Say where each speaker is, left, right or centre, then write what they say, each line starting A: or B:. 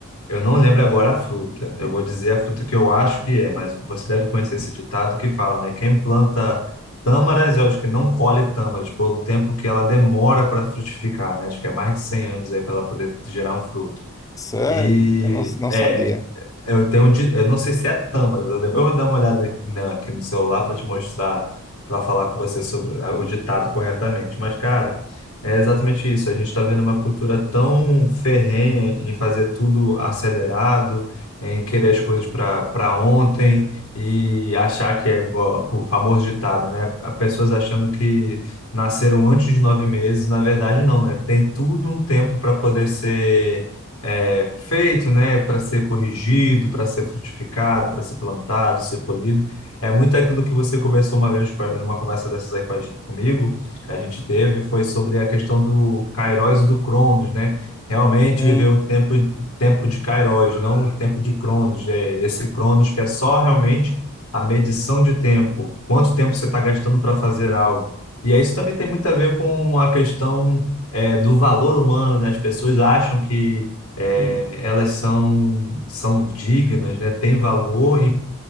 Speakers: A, on the left (about 85°); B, on the left (about 15°).
A: Eu não lembro agora a fruta. Eu vou dizer a fruta que eu acho que é, mas você deve conhecer esse ditado que fala, né? Quem planta tâmaras, eu acho que não colhe tâmaras, pelo tempo que ela demora para frutificar, né? Acho que é mais de 100 anos aí para ela poder gerar um fruto.
B: Sério?
A: E
B: Eu não, não
A: é,
B: sabia.
A: eu tenho, um di- eu não sei se é tâmaras, eu depois eu vou dar uma olhada aqui na- aqui no celular para te mostrar, para falar com você sobre ah, o ditado corretamente. Mas, cara, é exatamente isso. A gente está vendo uma cultura tão ferrenha em fazer tudo acelerado, em querer as coisas para para ontem e achar que é igual o famoso ditado, né? As pessoas achando que nasceram antes de nove meses, na verdade, não, né? Tem tudo um tempo para poder ser é, feito, né, para ser corrigido, para ser frutificado, para ser plantado, ser colhido. É muito aquilo que você conversou uma vez, com- a- numa conversa dessas aí com a gen- comigo, que a gente teve, foi sobre a questão do Kairos e do Cronos, né? Realmente
B: Hum,
A: viver o tempo, tempo de Kairos, não o tempo de Cronos. É esse Cronos que é só realmente a medição de tempo, quanto tempo você está gastando para fazer algo. E aí isso também tem muito a ver com a questão, é, do valor humano, né? As pessoas acham que é, elas são, são dignas, né? Têm valor